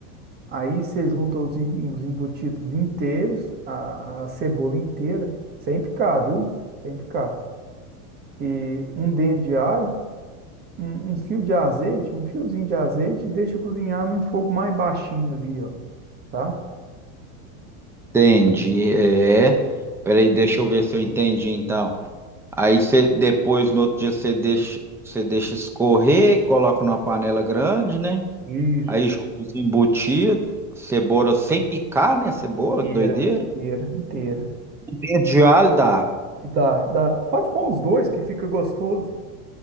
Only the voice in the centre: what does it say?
Entendi, é. Peraí, deixa eu ver se eu entendi então. Aí você depois no outro dia você deixa, você deixa escorrer, coloca numa panela grande, né?
Aí junta os embutidos, cebola sem picar, né? Cebola,
que doideira.
Dentro de alho dá.